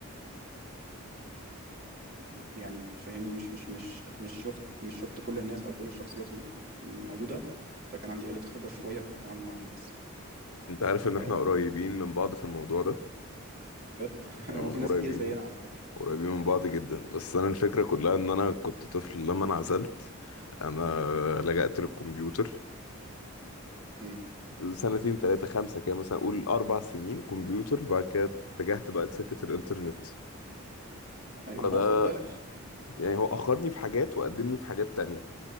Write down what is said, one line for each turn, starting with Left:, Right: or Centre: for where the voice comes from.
Right: م- يعني فاهمني مش مش مش مش شفت مش شفت كل الناس او كل الشخصيات الموجوده فكان عندي قله خبره شويه في التعامل مع الناس
Left: أنت عارف
Right: فبجد
Left: إن إحنا قريبين من بعض في الموضوع ده
Right: <laughs> هو
Left: أمم،
Right: في
Left: قريبين
Right: ناس كتير زينا على فكره
Left: قريبين من بعض جدا بس أنا الفكرة كلها إن أنا كنت طفل لما انعزلت أنا لجأت للكمبيوتر
Right: امم
Left: سنتين تلاتة خمسة كده مثلا أقول أربع سنين كمبيوتر بعد كده اتجهت بقى لسكة الإنترنت
Right: ايوه
Left: فده
Right: هو خد بالك
Left: يعني هو أخرني في حاجات وقدمني في حاجات تانية